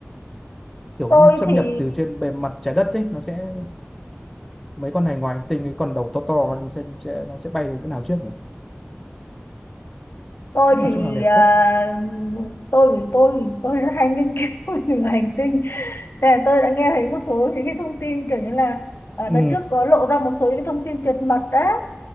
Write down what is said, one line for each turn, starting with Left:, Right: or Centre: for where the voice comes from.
Centre: kiểu
Left: tôi
Centre: như xâm
Left: thì
Centre: nhập từ trên bề mặt trái đất ấy nó sẽ mấy con này ngoài hành tinh cái con đầu to to nó sẽ, sẽ nó sẽ bay đến chỗ nào trước nhỉ
Left: tôi
Centre: chắc
Left: thì
Centre: là chỗ nào đẹp
Left: à,
Centre: nhất
Left: tôi vì tôi thì tôi rất hay nghiên cứu <laughs> về hành tinh Nên là tôi đã nghe thấy một số những cái thông tin kiểu như là à,
Centre: ừ
Left: đợt trước có lộ ra một số những cái thông tin tuyệt mật đấy